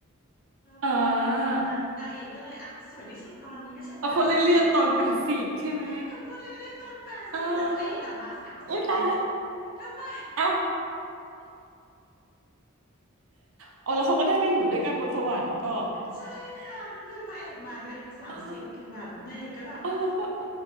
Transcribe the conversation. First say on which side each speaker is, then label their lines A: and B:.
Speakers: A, on the right (about 65°); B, on the left (about 45°).
A: <laughs>
B: แล้วพอขึ้นสวรรค์อะนางเอกก็เลยอ้าวสวยที่สุดตอนนี้ก็ฉันแปดสิบ
A: อ่าเอาคนเลยเลือกตอนแปดสิบใช่ไหม
B: เขาก็เลยเลือกตอนแปดสิบแล้วตัวเองอะมาสามสิบเลย
A: อ่าอุ้ยตายแล้ว
B: ทำไม
A: เอ้าเอาแล้วเขาก็ได้ไปอยู่ด้วยกันบนสวรรค์ก็
B: ใช่ค่ะก็คือพระเอกมาด้วยอายุสามสิบคือแบบนางเอกก็แบบอ้าวก็ไหน
A: อ๋ออ๋อแล้วก็